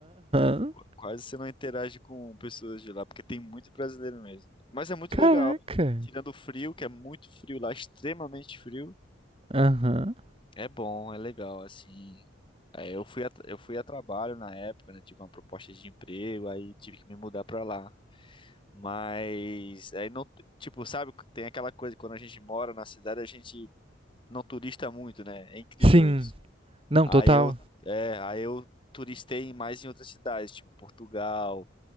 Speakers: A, on the right; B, on the left.
A: Uhum.
B: Qu- Quase você não interage com pessoas de lá, porque tem muito brasileiro mesmo. Mas é muito
A: Caraca.
B: legal, tirando o frio, que é muito frio lá, extremamente frio.
A: Aham. Uhum.
B: É bom, é legal, assim. É, eu fui a, eu fui a trabalho na época, né? Tive uma proposta de emprego, aí tive que me mudar pra lá. Mas aí não, tipo, sabe, tem aquela coisa, quando a gente mora na cidade, a gente não turista muito, né? É incrível
A: Sim.
B: isso.
A: Não,
B: Aí
A: total.
B: eu, é, aí eu turistei mais em outras cidades, tipo Portugal,